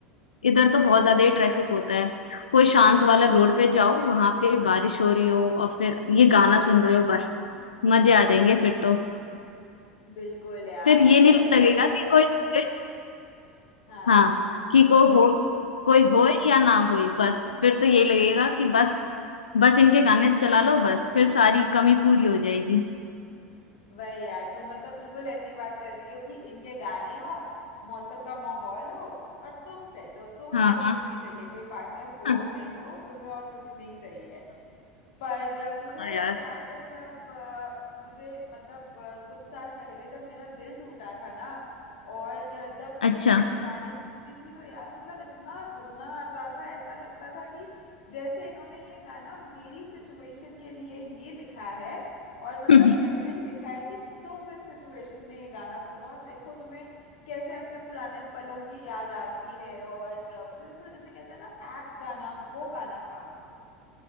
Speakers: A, on the left; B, on the left.
A: इधर तो बहुत ज्यादा ही ट्रैफिक होता है कोई शांत वाला रोड पे जाओ वहां पे बारिश हो रही हो और फिर ये गाना सुन रहे हो बस मजे आ जाएंगे फिर तो
B: बिल्कुल यार
A: फिर ये
B: मतलब
A: नहीं लगेगा
B: ऐसा लगेगा
A: कि कोई होए
B: हाँ
A: हाँ कि
B: मतलब
A: को हो कोई होए या ना होए बस फिर तो ये लगेगा कि बस बस इनके गाने चला लो बस फिर सारी कमी पूरी हो जाएगी
B: वही यार तुम मतलब बिल्कुल ऐसी बात कर रही हो कि इनके गाने हो मौसम का माहौल हो और तुम सेट हो तुम्हें
A: हाँ
B: और कुछ नहीं चाहिए कोई पार्टनर हो
A: हाँ
B: नहीं हो तुम्हें और कुछ नहीं चाहिए पर मुझे
A: हाँ
B: ऐसा
A: यार
B: याद है जब अ, मुझे मतलब अ, कुछ साल पहले जब मेरा दिल टूटा था ना और जब फिर
A: अच्छा
B: मैं इनके गाने सुनती थी तो यार मतलब इतना रोना आता था ऐसा लगता था कि जैसे इन्होंने ये गाना मेरी सिचुएशन के लिए ही लिखा है और मतलब
A: <laughs>
B: ऐसे ही लिखा है कि तुम इस सिचुएशन में ये गाना सुनो और देखो तुम्हें कैसे अपने पुराने पलों की याद आती है और अ, बिल्कुल जैसे कहते हैं ना एप्ट गाना वो गाना था